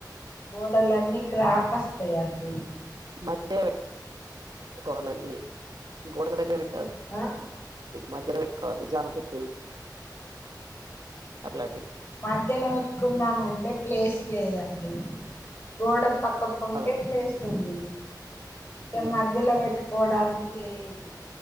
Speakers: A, on the left; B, on the right.
A: గోడలన్నీ క్రాకస్తాయండి
B: మధ్యవాలండి గూడ విట్ట
A: ఆ
B: మాధెట్టు కవాలే జన చెట్టు అట్లాంటి
A: మధ్యలో పెట్టుకుందమంటే ప్లేస్ లేదండి గోడ పక్క ప ఉంటే
B: ఆ
A: ప్లేస్ ఉంది ఏ
B: ఉమ్
A: మధ్యలో పెట్కు పోడానికి లేదు